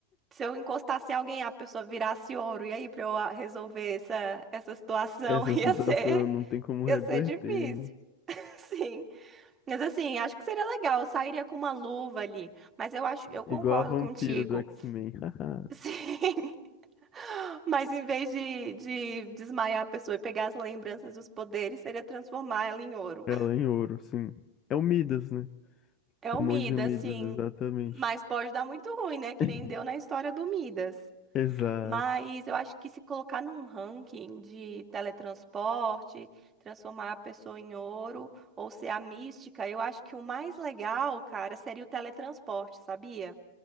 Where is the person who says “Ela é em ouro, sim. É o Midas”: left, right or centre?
Left